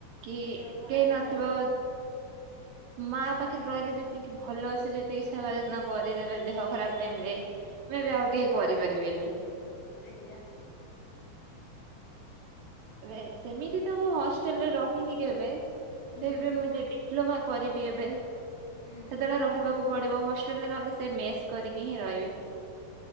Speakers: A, on the right; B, on the left.
A: କି
B: ଦେହ ଖରାପ
A: କେହି ନଥିବ।
B: ହେଲେ
A: ମା ପାଖରେ ରହିଲେ ଯେତିକି ଭଲସେ ଯେତିକି ସେବା ଯତ୍ନ କରିଦେବେ। ଦେହ ଖରାପ
B: ହୁଁ
A: ଟାଇମ ରେ ମେ ବି ଆଉ କେହି କରି ପାରିବେନି।
B: ସେୟା।
A: ଏବେ ସେମିତି ତ ମୁଁ ହଷ୍ଟେଲ ରେ ରହିନି କେବେ ଫିର
B: ହୁଁ
A: ବି ମୁଁ ଯଦି। ଡିପ୍ଲୋମା କରିବି ଏବେ ସେତେବେଳେ
B: ହୁଁ
A: ରହିବାକୁ। କୁ ପଡିବ ହଷ୍ଟେଲ ରେ ନହଲେ ସେ ମେସ୍ କରିକି ହିଁ ରହିବି।